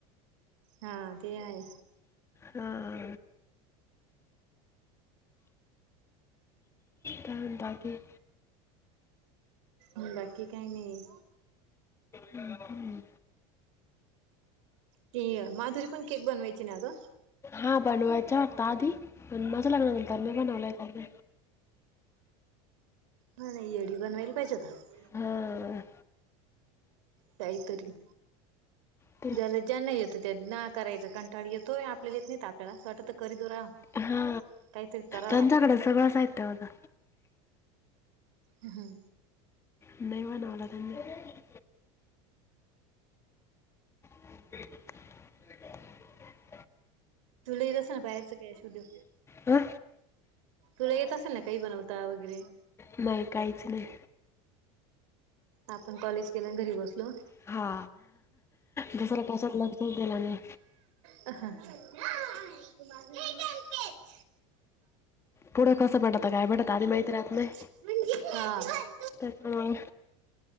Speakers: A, on the right; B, on the left.
A: हा ते आहे.
B: हा कारण तगे
A: म बाकी काही नाही
B: हम्म.
A: त माधुरी पण केक बनवायची नाही ग
B: हा बनवायचा वाटत आधी पण मजा लागणार नंतर मी बनवलाय त्या म
A: ह नाही येडी बनवायला पाहिजे होता
B: हम
A: जाहीतरी
B: हो
A: ज्याला ज्यांना येतं त्या ना करायचं कंठाळ येतो आपल्याला येत नाही आपल्याला असं वाटत करी दऊ राव
B: हा
A: काहीतरी करा
B: त्यांच्याकड सगळं साहित्य होतं
A: ह हां
B: नाहीवा नवला द बिलकुल
A: तू लई रसो ना बाहेर स कासू दऊ
B: हं?
A: तुला येत असेल ना काही बनवता वगैरे
B: नाही काहीच नाही
A: आपण कॉलेज केल्या घरी बसलो
B: हा दुसऱ्या कशात लक्ष दिल नाही
A: अ तु माझ
B: पुढं कसं भेटत काय भेटत आधी माहिती राहत नाही
A: हा
B: त्या सही